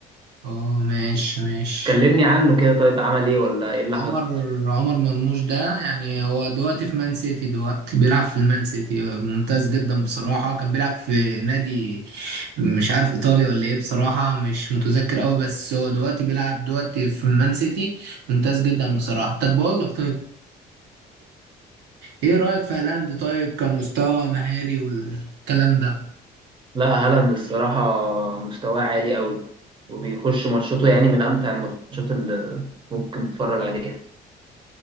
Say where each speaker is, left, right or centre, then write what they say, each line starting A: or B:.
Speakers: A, on the right; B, on the right.
A: اه ماشي ماشي
B: كلمني عنه كده طيب عمل إيه ولا إيه اللي
A: عمر
B: حصل؟
A: عمر مرموش ده يعني هو دلوقتي في مان سيتي دلوقتي بيلعب في المان سيتي ممتاز جدا بصراحة كان بيلعب في نادي مش عارف ايطالي ولا ايه بصراحة مش متذكر قوي بس هو دلوقتي بيلعب دلوقتي في مان سيتي ممتاز جدا بصراحة طب بقول لك طيب ايه رأيك في هالاند طيب كمستوى مهاري والكلام ده
B: لا هالاند الصراحة مستواه عالي قوي وبيخش ماتشاته يعني من أمتع الماتشات اللي ممكن تتفرج عليها